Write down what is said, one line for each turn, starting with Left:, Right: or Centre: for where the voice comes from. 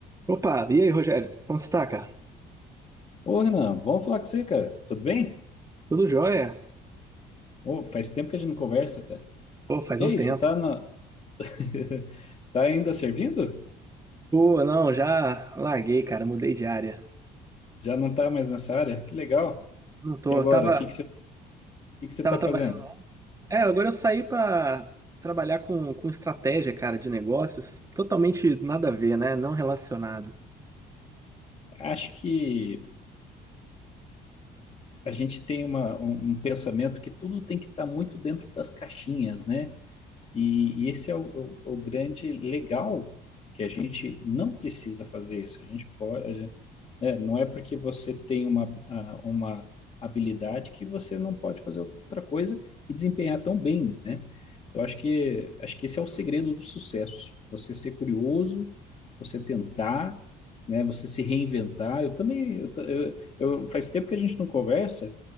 Right: Opa, e aí, Rogério? Como você tá, cara?
Left: Ô, Renan, bom falar com você, cara. Tudo bem?
Right: Tudo jóia?
Left: Ô, faz tempo que a gente não conversa, cara.
Right: Pô, faz
Left: E
Right: um
Left: aí,
Right: tempo.
Left: você tá na... <laughs> tá ainda servindo?
Right: Pô, não, já larguei, cara, mudei de área.
Left: Já não tá mais nessa área? Que legal.
Right: Não tô,
Left: E agora,
Right: tava,
Left: o que que você, o que que você
Right: tava
Left: tá
Right: trabalhando.
Left: fazendo?
Right: É, agora eu saí pra trabalhar com, com estratégia, cara, de negócios. Totalmente nada a ver, né? Não relacionado.
Left: Acho que a gente tem uma, um, um pensamento que tudo tem que estar muito dentro das caixinhas, né? E, e esse é o, o- o grande legal que a gente não precisa fazer isso. A gente pode. né? Não é porque você tem uma, a- uma habilidade que você não pode fazer outra coisa e desempenhar tão bem, né? Então, acho que, acho que esse é o segredo do sucesso. Você ser curioso, você tentar, né? Você se reinventar. Eu também, eu, ta- eu, eu- faz tempo que a gente não conversa.